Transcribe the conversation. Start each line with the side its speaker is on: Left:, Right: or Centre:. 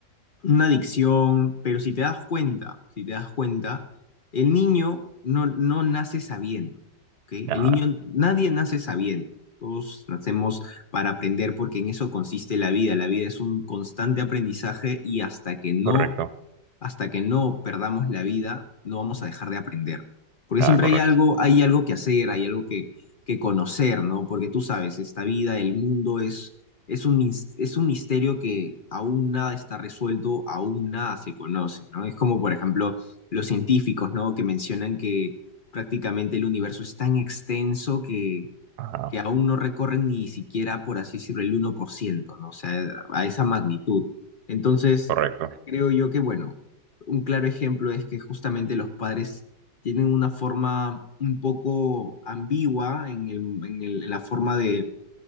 Left: una adicción, pero si te das cuenta, si te das cuenta, el niño no, no nace sabiendo, ¿ok?
Right: Ajá,
Left: El niño, nadie nace sabiendo. Todos nacemos para aprender porque en eso consiste la vida. La vida es un constante aprendizaje y hasta que no
Right: correcto.
Left: hasta que no perdamos la vida, no vamos a dejar de aprender. Porque
Right: Ajá,
Left: siempre
Right: correcto.
Left: hay algo, hay algo que hacer, hay algo que, que conocer, ¿no? Porque tú sabes, esta vida, el mundo es, es un, mis- es un misterio que aún nada está resuelto, aún nada se conoce, ¿no? Es como, por ejemplo, los científicos, ¿no? Que mencionan que prácticamente el universo es tan extenso que
Right: Ajá,
Left: que aún no recorren ni siquiera, por así decirlo, el uno por ciento, ¿no? O sea, a esa magnitud. Entonces,
Right: correcto.
Left: creo yo que, bueno, un claro ejemplo es que justamente los padres tienen una forma un poco ambigua en el- en el- en la forma de